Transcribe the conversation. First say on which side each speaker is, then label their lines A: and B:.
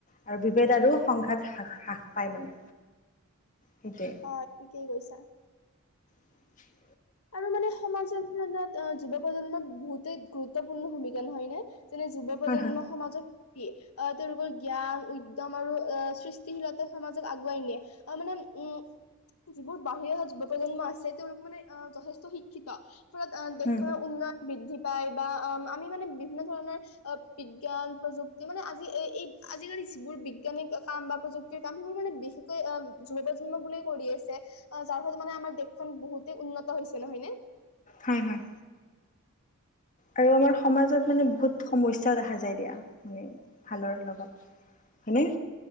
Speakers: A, on the left; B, on the left.
A: আৰু বিভেদ আৰু সংঘাত হ্ৰাস পায় মানে সেইটোৱে
B: অহ থিকে কৈছা
A: <unintelligible>
B: আৰু মানে সমাজৰ মনত অ যুৱ প্ৰজন্মক বহুতেই গুৰুত্বপূৰ্ণ ভূমিকা নহয় নে যেনে যুৱ প্ৰজন্ম
A: হয় হয়
B: সমাজত আহ তেওঁলোকৰ জ্ঞান উদ্যম আৰু আহ সৃষ্টিশীলতা সমাজক আগুৱাই নিয়ে আহ মানে উম যিবোৰ বাঢ়িৰ অহা যুৱ প্ৰজন্ম আছে তেওঁলোক মানে অহ যথেষ্ট শিক্ষিত দেশৰ
A: উম
B: উন্নয়ন বৃদ্ধি পাই বা আ আমি মানে বিভিন্ন ধৰণৰ আ বিজ্ঞান প্ৰযুক্তি মানে আজি এই আজিকালি যিবোৰ বিজ্ঞানিক কাম বা প্ৰযুক্তিৰ কাম সেইবোৰ মানে বিশেষকৈ অহ যুৱ প্ৰজন্ম বোৰেই কৰি আছে যাৰ ফলত মানে আমাৰ দেশখন বহুত উন্নত হৈছে নহয় নে
A: হয় হয় আৰু আমাৰ আৰু সমাজত মানে বহুত সমস্যাও দেখা যায় দিয়া, মানে ভালৰ লগত হয়নে